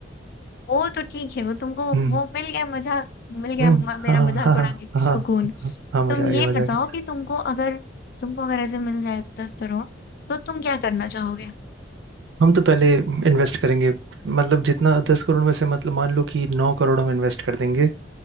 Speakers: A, on the left; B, on the right.
A: वो तो ठीक है वो तुमको
B: हम्म
A: वो मिल गया मजाक मिल गया
B: हम्म,
A: म-
B: हाँ
A: मेरा मजाक
B: हाँ
A: उड़ा के कुछ
B: हाँ
A: सुकून
B: हाँ हाँ मजा
A: तुम
B: आ
A: ये
B: गया मजा
A: बताओ
B: आ गया
A: कि तुमको अगर तुमको अगर ऐसे मिल जाए दस करोड़ तो तुम क्या करना चाहोगे
B: हम तो पहले इन्वेस्ट करेंगे मतलब जितना दस करोड़ में से मतलब मान लो कि नौ करोड़ हम इन्वेस्ट कर देंगे